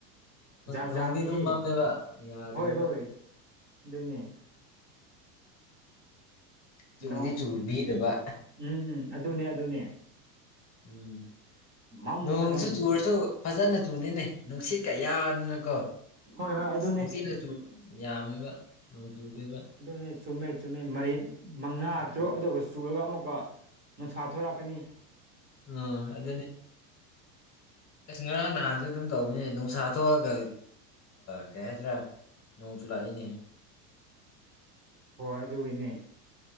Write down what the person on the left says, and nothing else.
ꯅꯣꯡꯗꯤ
ꯑꯗꯨꯝ ꯃꯝꯃꯦꯕ ꯌꯥꯗ꯭ꯔꯦꯕ
ꯆꯨꯗꯤ
ꯆꯨꯕꯤꯗꯕ
ꯎꯝ
ꯅꯣꯡꯣꯡꯁꯨ ꯆꯨꯔꯁꯨ ꯐꯖꯅ ꯆꯨꯗꯅꯦ ꯅꯨꯡꯁꯤꯠ ꯀꯌꯥꯅꯤꯅꯀꯣ
ꯅꯨꯡꯁꯤꯠ ꯌꯥꯝꯃꯦꯕ ꯅꯣꯡꯇꯨꯗꯦꯕ
ꯎꯝ
ꯎ ꯑꯗꯨ ꯑꯁ ꯉꯔꯥꯡ ꯅꯍꯥꯟꯁꯨ ꯑꯗꯨꯝ ꯇꯧꯕꯅꯦ ꯅꯨꯡꯁꯥ ꯊꯣꯛꯑꯒ ꯀꯩ ꯍꯥꯏꯗ꯭ꯔꯥ ꯅꯣꯡꯁꯨꯨ ꯂꯥꯛꯏꯅꯦ